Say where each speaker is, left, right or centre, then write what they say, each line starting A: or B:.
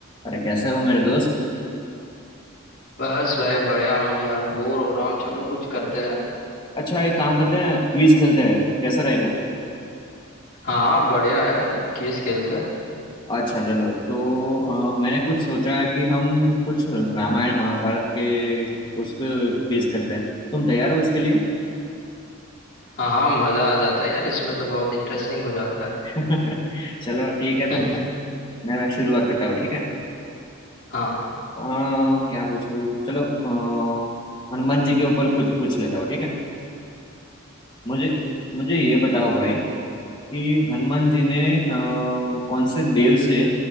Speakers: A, on the left; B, on the left.
A: अरे कैसे हो मेरे दोस्त
B: बस भाई बढ़िया हूँ यार बोर हो रहा हूँ चलो कुछ करते हैं
A: अच्छा एक काम करते हैं क्विज खेलते हैं कैसा रहेगा
B: हाँ हाँ बढ़िया है क्विज खेलते हैं
A: अच्छा चलो तो अ, मैंने कुछ सोचा है कि हम कुछ रामायण महाभारत के उस पे क्विज करते हैं तुम तैयार हो इसके लिए
B: हाँ हाँ मजा आ जाता है यार इसमें तो बहुत इंटरेस्टिंग हो जाता
A: <laughs> चलो ठीक है
B: है
A: तो
B: <laughs>
A: मैं मैं शुरुआत करता हूँ ठीक है
B: हाँ
A: अ, क्या पूछूं चलो अ, हनुमान जी के ऊपर कुछ पूछ लेता हूँ ठीक है मुझे मुझे ये बताओ भाई कि हनुमान जी ने अ, कौन से देव से